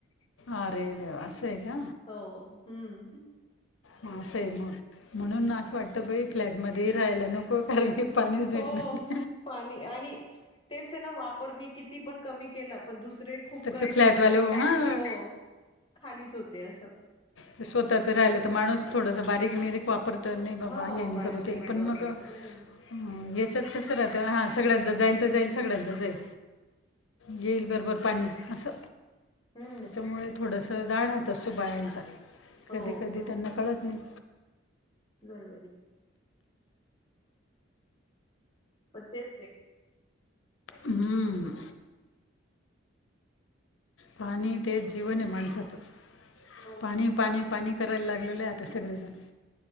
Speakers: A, on the left (about 75°); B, on the left (about 25°).
A: आ रे देवा आसय का?
B: हो हम्म
A: हां आसय मग. म्हणून असं वाटतं बई फ्लॅट मध्ये राहायला नको, कारण की पाणीच येत
B: हो
A: नाई.
B: पाणी आणि तेच येना, वापर मी किती पण कमी केला, पण दुसरे खूप
A: तर
B: करताय
A: ते फ्लॅटवाले
B: तर ती टाकी
A: हां
B: हो, खालीच होते असं.
A: ते स्वतःच राहिलं तर माणूस थोडस बारीक निरिक वापरत
B: अ,
A: नाही बाबा
B: हो
A: हे नाही
B: बारीक
A: करू ते
B: निरीक
A: पण
B: वापरतो
A: मग
B: बरोबर आहे
A: ह्म याच्यात कसं राहतं, हा सगळ्यांच जाईल तर जाईल, सगळ्यांच जाईल. येईल बरोबर पाणी असं,
B: हम्म
A: त्याच्यामुळे थोडस जड हात त असतो बायांचा,
B: हो
A: कधी कधी त्यांना कळत नाही.
B: बरोबर ये. पन तेच ते
A: हम्म. पाणी तेच जीवन ये माणसाचं,
B: हो
A: पाणी, पाणी, पाणी करायला लागलेलो ये आता सगळेजण.